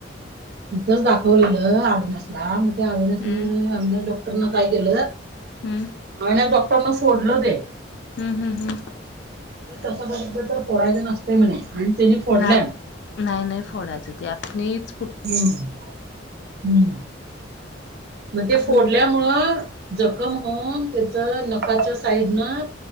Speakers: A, on the right (about 55°); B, on the left (about 60°).
A: तिथंच दाखवलेलं अविनाशला, मग त्या अविनाशन
B: हम्म
A: त्या अविनाश डॉक्टर न काय केलं?
B: हम्म
A: अविनाश डॉक्टरनं फोडलं ते.
B: हम्म -हम्म -हम्म
A: तसं बघितलं तर फोडायचं नसतय म्हणे आणि त्यानी फोडल्यात.
B: नाही नाही- नाही फोडायचं ते आपनीच
A: हम्म हम्म <inaudible> मग ते
B: आपण
A: फोडल्यामुळं जखम होऊन त्याच नखाच्या साइडनं